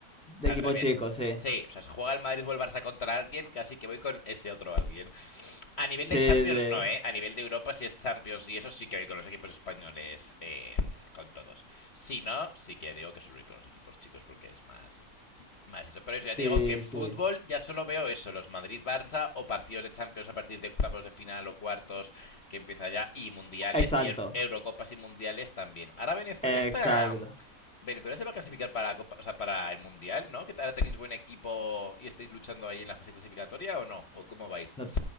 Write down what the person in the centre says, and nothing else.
De
equipo
chico, sí,
sí,
sí.
Sí,
sí.
Exacto.
Exacto.
No,